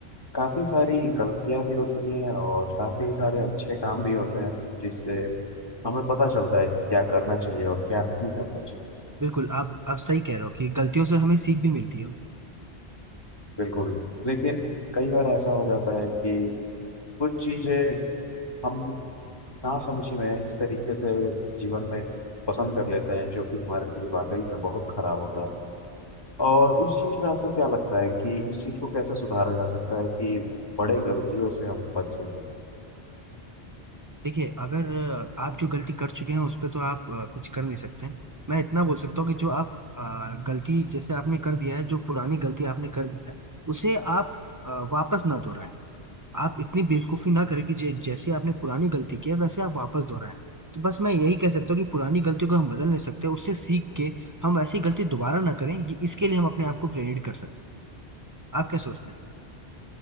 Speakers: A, on the left; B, on the right.
A: काफ़ी सारी गलतियां भी होती हैं और काफ़ी सारे अच्छे काम भी होते हैं जिससे हमें पता चलता है कि क्या करना चाहिए और क्या नहीं करना चाहिए
B: बिल्कुल आप आप सही कह रहे हो कि गलतियों से हमें सीख भी मिलती है
A: बिल्कुल लेकिन कई बार ऐसा हो जाता है कि कुछ चीज़ें हम ना समझी में इस तरीके से जीवन में पसंद कर लेते हैं जो कि हमारे लिए वाकई में बहुत खराब होता है और उस चीज में आपको क्या लगता है कि इस चीज को कैसे सुधारा जा सकता है कि बड़े गलतियों से हम बच सकें
B: देखिए अगर अ, आप जो गलती कर चुके हैं उस पर तो आप अ, कुछ कर नहीं सकते हैं। मैं इतना बोल सकता हूँ कि जो आप अ, गलती जैसे आपने कर दिया है जो पुरानी गलती आपने कर दी है उसे आप अ, वापस ना दोहराएं आप इतनी बेवकूफी ना करें कि जे- जैसे आपने पुरानी गलती की है वैसे आप वापस दोहराएं तो बस मैं यही कह सकता हूँ कि पुरानी गलतियों को हम बदल नहीं सकते उससे सीख के हम वैसी गलती दोबारा ना करें ये इसके लिए हम अपने आप को प्रेरित कर सकते हैं आप क्या सोचते हैं